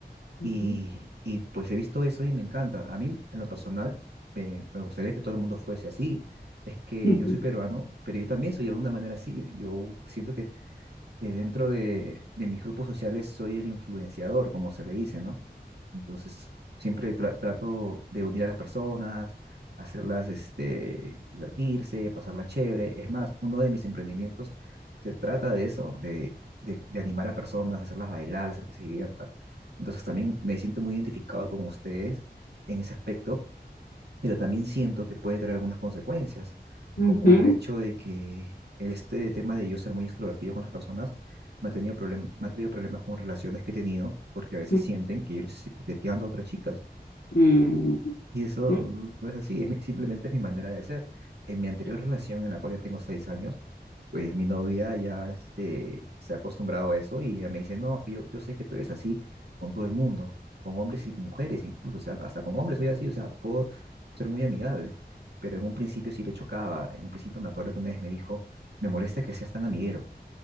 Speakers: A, on the left; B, on the right.
A: ujú,
B: Y, y pues he visto eso y me encanta. A mí, en lo personal, eh, me gustaría que todo el mundo fuese así. Es que yo
A: ujú,
B: soy peruano,
A: <laughs>
B: pero yo también soy de alguna manera así. Yo siento que eh, dentro de, de mis grupos sociales soy el influenciador, como se le dice, ¿no? Entonces, siempre tra- trato de unir a las personas, hacerlas este, divertirse, pasarla chévere. Es más, uno de mis emprendimientos se trata de eso, de, de, de animar a personas, hacerlas bailar, hacer que se diviertan. Entonces, también me siento muy identificado con ustedes en ese aspecto pero también siento que puede traer algunas consecuencias,
A: ujú,
B: como el hecho de que el- este tema de yo ser muy extrovertido con las personas me ha tenido problem- me ha traído problemas con relaciones que he tenido, porque a veces
A: ujú,
B: sienten que yo les estoy coqueteando a otras chicas.
A: ujú,
B: Y eso
A: ujú,
B: no no es así, es mi- simplemente es mi manera de ser. En mi anterior relación, en la cual ya tengo seis años, pues mi novia ya este, se ha acostumbrado a eso y ella me dice, no, es que yo, yo sé que tú eres así con todo el mundo, con hombres y con mujeres incluso, o sea, hasta con hombres soy así, o sea, puedo ser muy amigable, pero en un principio sí le chocaba, en un principio me acuerdo que una vez me dijo, me molesta que seas tan amiguero,